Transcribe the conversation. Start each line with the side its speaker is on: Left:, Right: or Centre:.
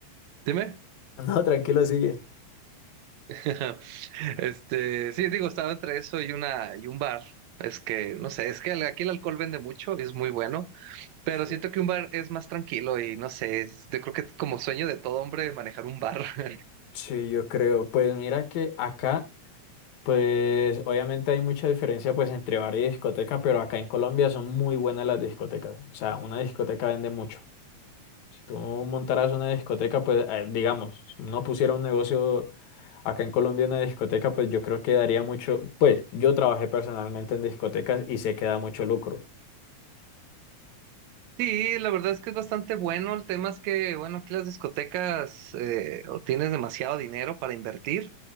Right: Dime.
Left: no, tranquilo, sigue.
Right: <laughs> Este, sí, digo, estaba entre eso y una y un bar. Es que, no sé, es que el- aquí el alcohol vende mucho y es muy bueno, pero
Left: Sí,
Right: siento que un bar es más tranquilo y no sé, es- yo creo que como sueño de todo hombre manejar un bar. <laughs>
Left: sí, yo creo. Pues mira que acá. Pues obviamente hay mucha diferencia pues entre bar y discoteca, pero acá en Colombia son muy buenas las discotecas. O sea, una discoteca vende mucho. Si tú montaras una discoteca, pues eh, digamos, si uno pusiera un negocio acá en Colombia, una discoteca, pues yo creo que daría mucho, pues yo trabajé personalmente en discotecas y sé que da mucho lucro.
Right: Sí, la verdad es que es bastante bueno. El tema es que, bueno, aquí las discotecas eh, o tienes demasiado dinero para invertir